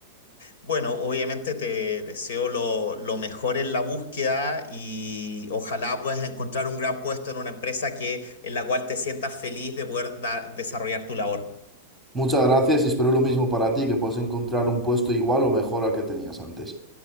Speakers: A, on the left; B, in the centre.
A: Bueno, obviamente te deseo lo, lo mejor en la búsqueda y ojalá puedas encontrar un gran puesto en una empresa que, en la cual te sientas feliz de poder dar- desarrollar tu labor.
B: Muchas gracias y espero lo mismo para ti, que puedas encontrar un puesto igual o mejor al que tenías antes.